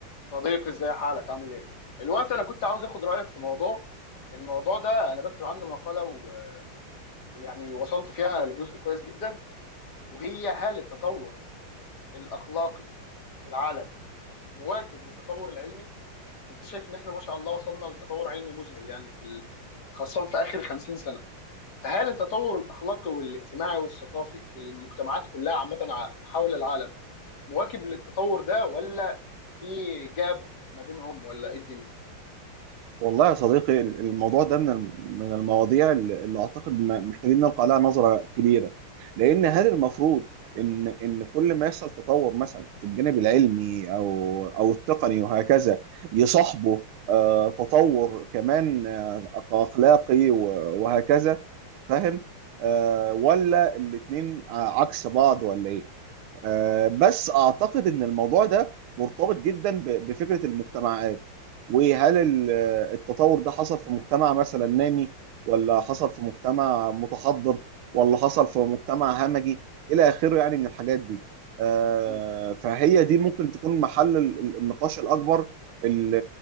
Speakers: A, on the left; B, on the right.
A: صديقي ازاي حالك عامل ايه الوقت انا كنت عاوز اخد رايك في موضوع الموضوع ده انا بكتب عنه مقاله و... ويعني وصلت فيها لجزء كويس جدا وهي هل التطور الاخلاقي في العالم مواكب للتطور العلمي انت شايف ان احنا ما شاء الله وصلنا لتطور علمي مذهل يعني في ال... خاصه في اخر 50 سنه فهل التطور الاخلاقي والاجتماعي والثقافي في المجتمعات كلها عامه ع- حول العالم مواكب للتطور ده ولا في جاب ما بينهم ولا ايه الدنيا
B: والله يا صديقي الموضوع ده من الم- من المواضيع اللي اللي اعتقد م- محتاجين نلقى عليها نظره كبيره لان هل المفروض ان ان كل ما يحصل تطور مثلا في الجانب العلمي او او التقني وهكذا يصاحبه آه، تطور كمان آه، اخلاقي و- وهكذا فاهم آه، ولا الاتنين ع- عكس بعض ولا ايه؟ آه، بس اعتقد ان الموضوع ده مرتبط جدا ب- بفكره المجتمعات وهل ال- التطور ده حصل في مجتمع مثلا نامي ولا حصل في مجتمع متحضر ولا حصل في مجتمع همجي الى اخره يعني من الحاجات دي آه،
A: مم.
B: فهي دي ممكن تكون محل ال- ال- النقاش الاكبر ال-